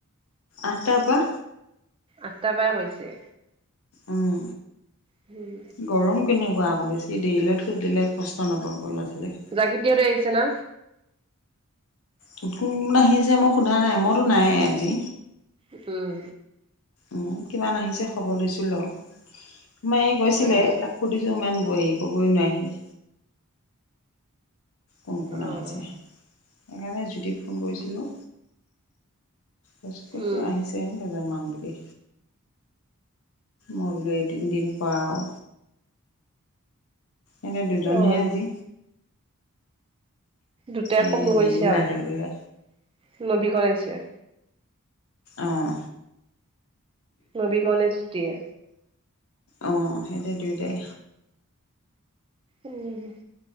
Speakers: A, on the left (about 65°); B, on the right (about 25°).
A: আঠটাৰ পৰা
B: আঠটা পা কৰিছে
A: উম
B: হম
A: গৰম কেনেকুৱা আকৌ বেছি দেৰিলৈ থৈ দিলে কষ্ট নাপাব লৰা ছোৱালী
B: জাগি দিহঁতে আহিছে না
A: কোন কোন আহিছে মই সোধা নাই মইতো নাই এ আজি
B: উম
A: উ কিমান আহিছে খবৰ লৈছিল আৰু মই এই গৈছিলে
B: অ',
A: তাত সুধিছো ইমান বহি ক'বই নোৱাৰি সি কোন কোন
B: অ',
A: আহিছে সেইকাৰণে জ্যোতিক ফোন কৰিছিলোঁ কৈছে কৈছে
B: উম।
A: আহিছে লেজং মা বুলি মই বোলো এই তিনিদিন কৰা আৰু এনে দুজনহে
B: অ',
A: আজি
B: দুটাই
A: এই
B: কম
A: হেৰিও
B: গৈছে
A: নাহিল
B: আৰু
A: বোলে
B: নবীকণাইছে
A: অঁ
B: নবীকৰণে ছুতিয়ে
A: অ সিহঁতে দুয়টাই
B: উম